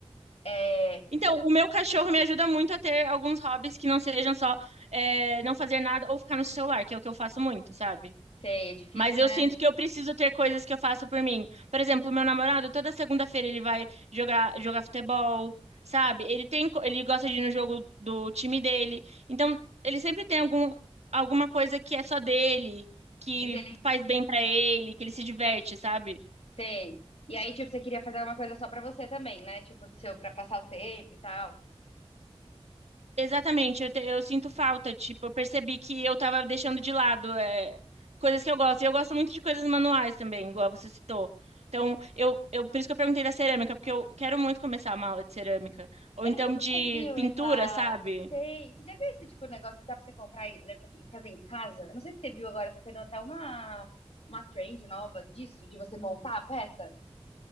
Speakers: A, on the left; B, on the right.
A: É,
B: Então, o meu cachorro me ajuda muito a ter alguns hobbies que não sejam só é, não fazer nada ou ficar no celular, que é o que eu faço muito, sabe?
A: sei, é difícil,
B: Mas eu
A: né?
B: sinto que eu preciso ter coisas que eu faço por mim. Por exemplo, o meu namorado, toda segunda-feira ele vai jogar, jogar futebol, sabe? Ele tem, co- ele gosta de ir no jogo do time dele. Então, ele sempre tem algum, alguma coisa que é só dele, que
A: E que é
B: faz bem pra ele, que ele se diverte, sabe?
A: Sei. E aí, tipo, você queria fazer alguma coisa só pra você também, né? Tipo, do seu, pra passar o tempo e tal.
B: Exatamente, eu, te- eu sinto falta, tipo, eu percebi que eu tava deixando de lado é, coisas que eu gosto. E eu gosto muito de coisas manuais também, igual você citou. Então, eu, eu, por isso que eu perguntei da cerâmica, porque eu quero muito começar uma aula de cerâmica. Ou
A: Eu
B: então
A: não sei se
B: de
A: você viu
B: pintura,
A: essa.
B: sabe?
A: Sei. Você já viu esse tipo de negócio que dá pra você comprar e, leva- e fazer em casa? Eu Não sei se você viu agora, tá tendo até uma, uma trend nova disso, de você montar a peça.